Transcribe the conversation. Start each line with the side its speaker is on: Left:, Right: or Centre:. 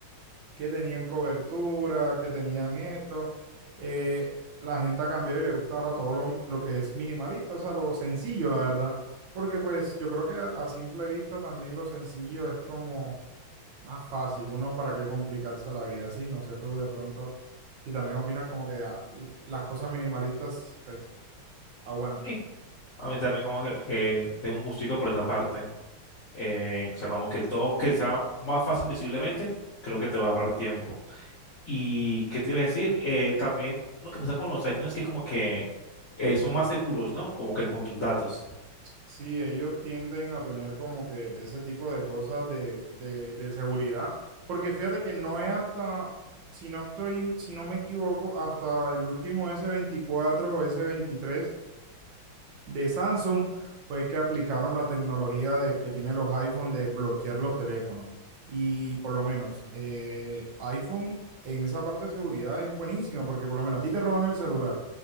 Right: que tenían cobertura, que tenían esto. Eh, la gente ha cambiado y le gusta ahora todo lo, lo que es minimalista, o sea, lo sencillo, la verdad. Porque pues yo creo que a, a simple vista también lo sencillo es como más fácil, uno para qué complicarse la vida, sí, no sé tú de pronto si también opinas como que ah, l- las cosas minimalistas pues aguantan.
Left: Sí, a mí también como que eh, tengo un gustico por esa parte. Eh, o sea, como que todo que sea más fácil visiblemente, creo que te va a ahorrar tiempo. ¿Y qué te iba a decir? Eh, también lo que pasa con los iPhones es que como que eh, son más seguros, ¿no? Como que con tus datos.
Right: Sí, ellos tienden a tener como que ese tipo de cosas de, de, de seguridad, porque fíjate que no es hasta, si no estoy, si no me equivoco, hasta el último s veinticuatro o s veintitrés de Samsung fue que aplicaron la tecnología de, que tienen los iPhone de bloquear los teléfonos. Y por lo menos eh, iPhone en esa parte de seguridad es buenísima porque por lo menos a ti te roban el celular.